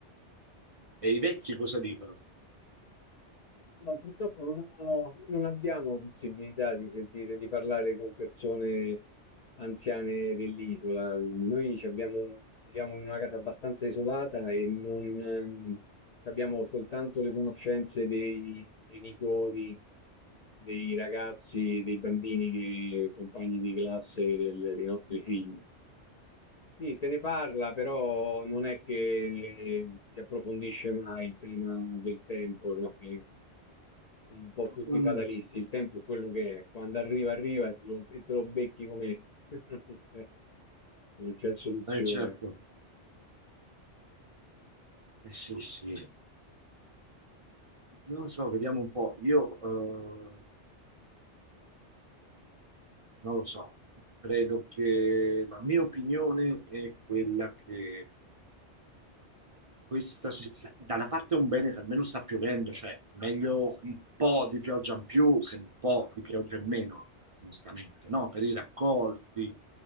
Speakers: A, on the right (about 40°); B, on the left (about 55°).
A: E i vecchi cosa dicono?
B: No, purtroppo non, ho- non abbiamo possibilità di sentire, di parlare con persone anziane dell'isola. Noi ci abbiamo- viviamo in una casa abbastanza isolata e non, eh, abbiamo soltanto le conoscenze dei genitori, dei ragazzi, dei bambini, che, compagni di classe del- dei nostri figli. Sì, se ne parla, però non è che si approfondisce mai il tema del tempo, perché un po' tutti
A: Mm,
B: fatalisti. Il tempo è quello che è. Quando arriva, arriva e te lo, e te lo becchi come <laughs> non c'è soluzione.
A: eh, certo, Eh, sì, sì. Non lo so, vediamo un po'. Io eh, non lo so, credo che la mia opinione è quella che Questa, si- da una parte è un bene che almeno sta piovendo, cioè meglio un po' di pioggia in più che un po' di pioggia in meno, onestamente, no? Per i raccolti,